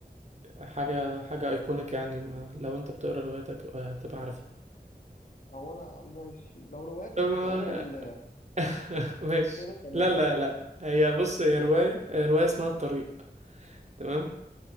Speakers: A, on the right; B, on the left.
A: حاجه حاجه ايكونيك يعني ما لو انت بتقرا رواياتك هتبقى عارفها
B: هو انا ماشي لو روايات
A: أم-
B: بتتعمل
A: <laughs> ماشي
B: آه، كده تمام
A: لا لا
B: يعني
A: لا هي بص هي روايه هي روايه اسمها الطريق تمام